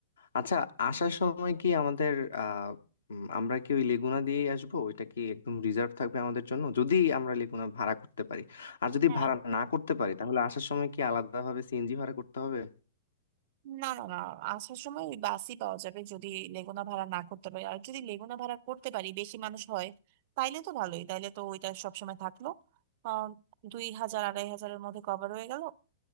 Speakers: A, on the left; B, on the right.
A: আচ্ছা আসার সময় কি আমাদের আহ উম, আমরা কি ওই লেগুনা দিয়েই আসবো ওইটা কি একদম রিজার্ভ থাকবে আমাদের জন্য যদি আমরা লেগুনা ভাড়া করতে পারি আর যদি
B: হ্যাঁ
A: ভাড়া না করতে পারি তাহলে আসার সময় কি আলাদাভাবে সিএনজি ভাড়া করতে হবে
B: না না না আসার সময় ওই বাসই পাওয়া যাবে যদি লেগুনা ভাড়া না করতে পারি আর যদি লেগুনা ভাড়া করতে পারি বেশি মানুষ হয় তাইলে তো ভালোই তাইলে তো ওইটা সবসময় থাকলো আহ দুই হাজার আড়াই হাজারের মধ্যে কভার হয়ে গেল